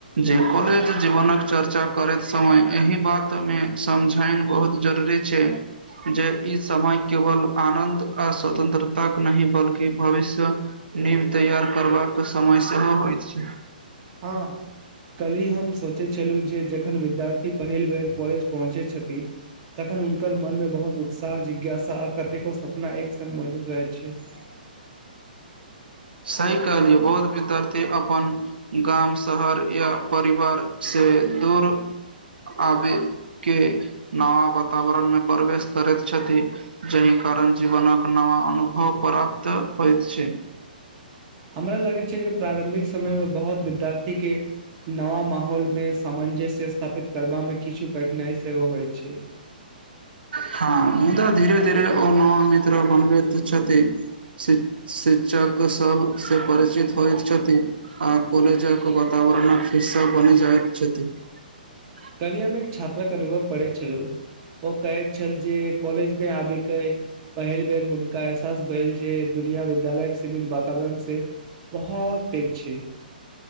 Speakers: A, on the right (about 80°); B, on the right (about 40°).
A: जे कॉलेज जीवनक चर्चा करैत समय एहि बात मे समझायन बहुत जरूरी छै जे ई समय केवल आनन्द आ स्वतंत्रतााक नहि बल्कि भविष्य निम्तैयार करबाक समय सेहो होइत छै
B: हां कली हम सोचै छलहुँ जे जखन विद्यार्थी पहिल बेर कॉलेज पहुँचे छथि तखन हुनकर मन मे बहुत उत्साह जिज्ञासा आ कतेको सपना एक संग मौजूद रहै छै
A: <unintelligible> सही कह लिए बहुत विद्यार्थी अपन गाम शहर या परिवार से दूर आबे के नवा वातावरण मे प्रवेश करैत छथि जाहि कारण जीवनक नवा अनुभव पराप्त होयत छै
B: हमरा लगैत छै जे प्रारम्भिक समयमे बहुत विद्यार्थीके नव माहौलमे सामञजस्य स्थापित करबामे किछु कठिनाइ सेहोव होइ छै
A: हँ मुदा धीरे धीरे ओ नव मित्र बनबैत छथि शिक्षक सब परचित होइत छथि आ कॉलेजक वातावरणक हिस्सा बनि जाइत छथि <unintelligible>
B: कलियामे एक छात्रक अनुभव पढ़ै छलु ओ कहैत छल जे कॉलेज मे आबी के पहिल बेर हुनका बैल जे दुनिया विद्यालय सीमित वातावरण से बहुत अपेक्षा